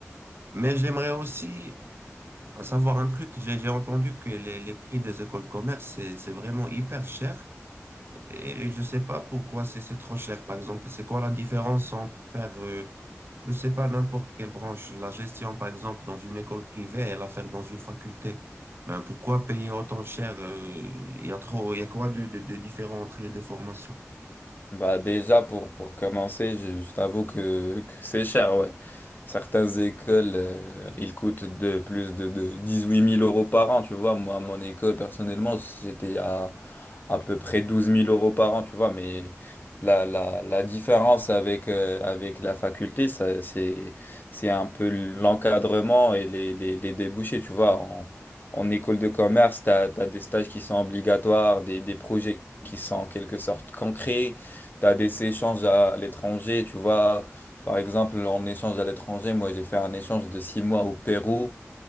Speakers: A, on the right; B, on the left.
A: Mais j'aimerais aussi savoir un truc. J'ai, j'ai entendu que les, les prix des écoles de commerce, c'est, c'est vraiment hyper cher. Et je ne sais pas pourquoi c'est c'est trop cher, par exemple. C'est quoi la différence entre faire, euh, je ne sais pas, n'importe quelle branche, la gestion, par exemple, dans une école privée et la faire dans une faculté? Ben, pourquoi payer autant cher? euh, Il y a trop, il y a quoi de, de, de différent entre les deux formations?
B: Bah déjà pour, pour commencer, je, je t'avoue que, que c'est cher, ouais. Certaines écoles, euh, ils coûtent de plus de, de huit mille euros par an, tu vois. Moi, à mon école, personnellement, j'étais à à peu près douze mille euros par an, tu vois. Mais la, la, la différence avec, euh, avec la faculté, ça, c'est, c'est un peu l'encadrement et les, les, les débouchés, tu vois. En, en école de commerce, tu as, des stages qui sont obligatoires, des, des projets qui sont en quelque sorte concrets. T'as des échanges à l'étranger, tu vois. Par exemple, en échange à l'étranger, moi j'ai fait un échange de six mois au Pérou